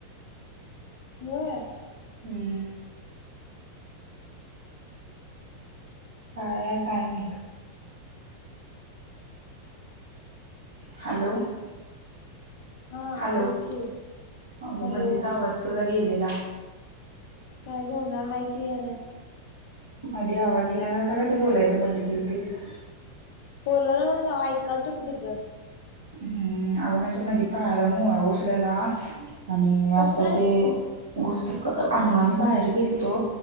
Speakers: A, on the left; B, on the right.
A: व्हय.
B: हं. काय आहे काय माहित.? हॅलो.
A: हा
B: हॅलो
A: बोल की
B: अग
A: हॅलो
B: मधेच आवाज तुझा गेलेला.
A: काय झालं हाय कि याला.
B: मध्ये आवाज येना झालता का तू बोलायच बंद केलतीस?
A: बोलाला ना ऐकाल तो की तुझं.
B: हम्म अगं माझ्यामध्ये पायाला मोळा घुसलेला. आणि
A: कसं
B: आता
A: काय
B: ते घुस अनवानी बाहेर गेलतो.